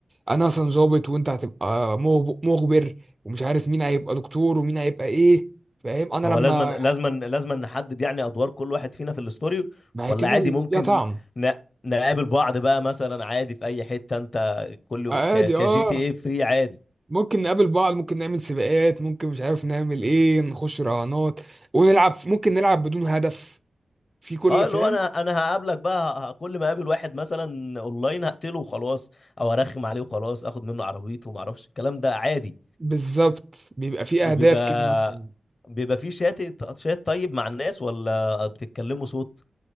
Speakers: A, on the right (about 20°); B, on the left (about 45°).
A: انا مثلا ظابط وانت هتبقى مغب- مخبر ومش عارف مين هيبقى دكتور ومين هيبقى ايه فاهم انا
B: هو
A: لما
B: لازما لازما لازما نحدد يعني ادوار كل واحد فينا في الستوري
A: ما هي
B: ولا
A: كده
B: عادي
A: اللي
B: ممكن
A: ليها طعم
B: ن... نقابل بعض بقى مثلا عادي في اي حتة انت كل
A: عادي
B: ك... كجي
A: اه
B: تي ايه فري عادي
A: ممكن نقابل بعض ممكن نعمل سباقات ممكن مش عارف نعمل ايه نخش رهانات ونلعب ممكن نلعب بدون هدف في كل
B: اه
A: فاهم
B: اللي هو انا انا هقابلك بقى ه- ه- كل ما اقابل واحد مثلا اونلاين هقتله وخلاص او ارخم عليه وخلاص اخد منه عربيته وما اعرفش الكلام ده عادي
A: بالظبط بيبقى في
B: بيبقى
A: اهداف كده مثلا
B: بيبقى في شات شات طيب مع الناس ولا بتتكلموا صوت